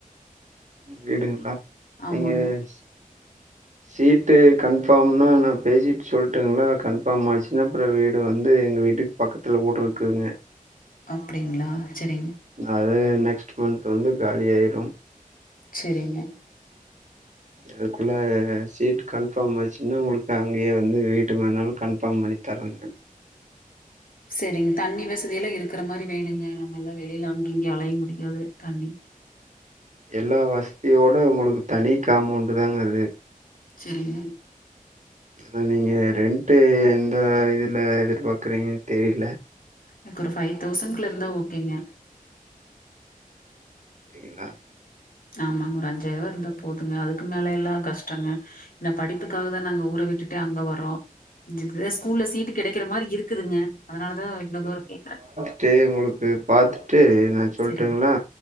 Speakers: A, on the right (about 55°); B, on the left (about 75°).
A: வீடுங்களா
B: ஆமாங்க.
A: நீங்க ஸ் சீட்டு கன்ஃபார்ம்னா நா பேசிட் சொல் ட்டுங்களா அது கன்ஃபாம் ஆச்சுன்னா அப்புறோ வீடு வந்து எங்க வீட்டுக் பக்கத்துல கூட இருக்குங்க
B: அப்டிங்ளா சேரிங்
A: அது நெக்ஸ்ட் மந்த் வந்து காலி ஆயிடு
B: சேரிங்க
A: அதுக்குள்ள சீட் கன்ஃபாம் ஆச்சுன்னா உங்குளுக் அங்கேயே வந்து வீட்டு வேனாலு கன்ஃபாம் பண்ணி <inaudible>
B: சேரிங் தண்ணி வசதில்லா இருக்கிற மாரி வேணுங்க நம்ம எல்லா வெளியில அங்க இங்கயு அலைய முடியாது தண்ணி
A: எல்லா வஸ்தியோட உங்குளுக் தனி காம்மௌண்ட தாங்க அது
B: சேரிங்க
A: அதா நீங்க ரெண்ட்டு எந்த இதுல எதிர்பார்க்குறீங்கன் தெரில
B: எனக் ஒரு ஃபைவ் தௌசன்குல்ல இருந்தா ஓகேங்க
A: அப்டிங்களா
B: ஆமாங்க ஒரு அஞ்சாயிர் ரூவா இருந்தா போதுங்க அதுக்கு மேல எல்லா கஷ்டோங்க இந்த படிப்புக்காக தா நாங்க ஊர விட்டுட்டே அங்க வர்றோ <unintelligible> ஸ்கூல்ல சீட்டு் கெடைக்கிற மாரி இருக்குதுங்க அதனாலதா இவ்ளோ தூர கேக்கறே
A: ட்டு உங்குளுக்கு பாத்துட்டு என்னாச்சு சொல்ட்டுங்களா
B: சரிங்க.